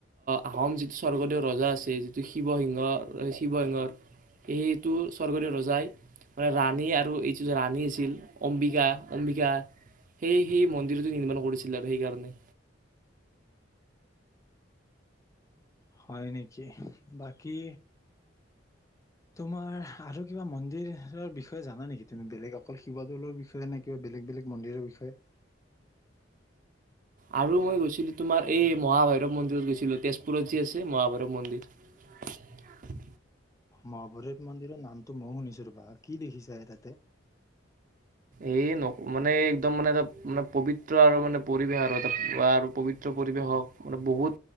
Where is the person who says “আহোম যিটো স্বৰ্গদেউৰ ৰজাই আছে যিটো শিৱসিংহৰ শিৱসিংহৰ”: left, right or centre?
Right